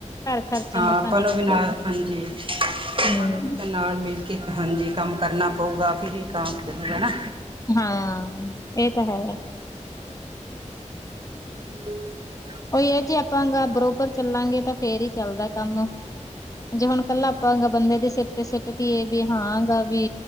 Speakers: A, on the left; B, on the right.
A: ਘਰ ਖਰਚਾ
B: ਹਾਂ
A: ਮਸਾਂ
B: ਆਪਾਂ
A: ਨਿਕਲਦਾ
B: ਨੂੰ ਵੀ ਨਾਲ
A: ਜੀ
B: ਹਾਂਜੀ ਆਪਾਂ
A: ਹੂੰ,
B: ਨੂੰ ਵੀ ਨਾਲ ਮਿਲ ਹਾਂਜੀ ।ਕੰਮ ਕਰਨਾ ਪਊਗਾ ਫਿਰ ਵੀ ਹੋਗਾਾ।
A: ਹਾਂ। ਇਹ ਤਾਂ ਹੈ
B: <unintelligible> <unintelligible>
A: ਕੋਈ ਇਹ ਜੇ ਆਪਾਂਗਾ ਬਰੋਬਰ ਚੱਲਾਂਗੇ ਤਾਂ ਫੇਰ ਹੀ ਚੱਲਦਾ ਕੰਮ--ਜੇ ਹੁਣ ਕੱਲਾ ਆਪਾਂ ਬੰਦੇ ਦੇ ਸਿਰ ਤੇ ਸਿੱਟ ਦੀਏ ਵੀ ਹਾਂ ਗ ਵੀ